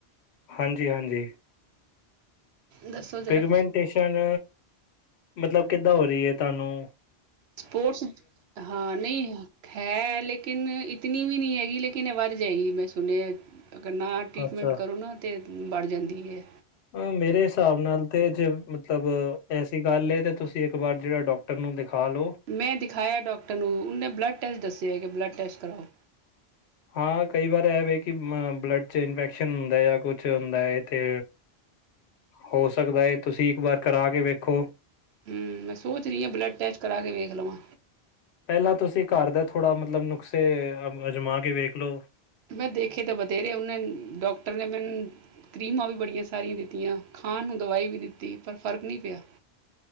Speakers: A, on the left; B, on the right.
A: ਹਾਂਜੀ-ਹਾਂਜੀ।
B: ਦੱਸੋ ਜ਼ਰਾ
A: ਪਿਗਮੈਂਟੇਸ਼ਨ, ਮਤਲਬ ਕਿਦਾਂ ਹੋ ਰੀ ਐ ਤਾਨੂੰ?
B: ਸਪੋਟਸ ਹਾਂ ਨਈ ਹ ਹੈ ਲੇਕਿਨ ਇਤਨੀ ਵੀ ਨੀ ਹੈਗੀ ਲੇਕਿਨ ਐ ਵੱਧ ਜਾਏਗੀ, ਮੈਂ ਸੁਣੇਐ। ਅਗਰ ਨਾ ਟੀਟਮੈਂਟ
A: ਅੱਛਾ
B: ਕਰੋ ਨਾ ਤੇ ਬੜ ਜਾਂਦੀ ਐ।
A: ਅ ਮੇਰੇ ਸਾਬ ਨਾਲ ਤੇ ਜੇ ਮਤਲਬ ਐਸ ਦੀ ਗੱਲ ਏ ਤੇ ਤੁਸੀ ਏੱਕ ਵਾਰ ਜਿਆ ਡੋਕਟਰ ਨੂੰ ਦਿਖਾ ਲੋ
B: ਮੈਂ ਦਿਖਾਇਐ ਡੋਕਟਰ ਨੂੰ ਉਨੇ ਬਲੱਡ ਟੈਸਟ ਦੱਸਿਐ ਕਿ ਬਲੱਡ ਟੈਸਟ ਕਰਾਓ।
A: ਹਾਂ ਕਈ ਵਾਰ ਐ ਵੇ ਕਿ ਮ ਬਲੱਡ 'ਚ ਇਨਫੈਕਸ਼ਨ ਹੁੰਦੈ ਯਾਂ ਕੁਛ ਹੁੰਦੈ ਏੱਥੇ ਹੋ ਸਕਦਾ ਏ। ਤੁਸੀ ਇੱਕ ਵਾਰ ਕਰਾ ਕੇ ਵੇਖੋ।
B: ਹੂੰ, ਮੈਂ ਸੋਚ ਰੀ ਆਂ ਬਲੱਡ ਟੈਸਟ ਕਰਾ ਕੇ ਵੇਖ ਲਵਾਂ।
A: ਪੈਲਾਂ ਤੁਸੀ ਘਰ ਦਾ ਥੋੜਾ ਮਤਲਬ ਨੁੱਖਸੇ ਅ ਅਜਮਾ ਕੇ ਵੇਖ ਲੋ।
B: ਮੈਂ ਦੇਖੇ ਤਾ ਬਥੇਰੇ ਓਨੇ ਡੋਕਟਰ ਨੇ ਮੇਨੰ ਕਰੀਮਾਂ ਵੀ ਬੜੀਐਂ ਸਾਰੀਐਂ ਦਿੱਤੀਐਂ। ਖਾਣ ਨੂੰ ਦਵਾਈ ਵੀ ਦਿਤੀ ਪਰ ਫ਼ਰਕ ਨੀ ਪਿਆ।